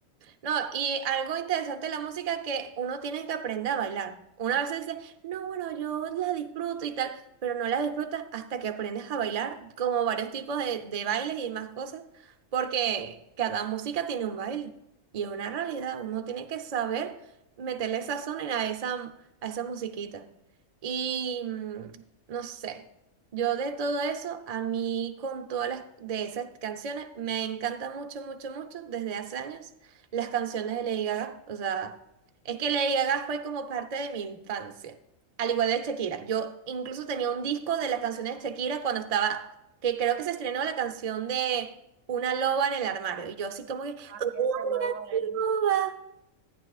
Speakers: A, on the right (about 45°); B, on the right (about 70°).
A: No, y algo interesante de la música que uno tiene que aprender a bailar. Una vez dice, no, bueno, yo la disfruto y tal, pero no la disfrutas hasta que aprendes a bailar, como varios tipos de, de bailes y más cosas, porque cada música tiene un baile y es una realidad. Uno tiene que saber meterle sazón en a esa, a esa musiquita. Y mm, no sé, yo de todo eso, a mí con todas las de esas canciones, me encanta mucho, mucho, mucho desde hace años las canciones de Lady Gaga. O sea, es que Lady Gaga fue como parte de mi infancia. Al igual de Shakira. Yo incluso tenía un disco de las canciones de Shakira cuando estaba, que creo que se estrenó la canción de Una loba en el armario. Y yo así como que,
B: Ay,
A: "Una
B: este no baila.
A: loba".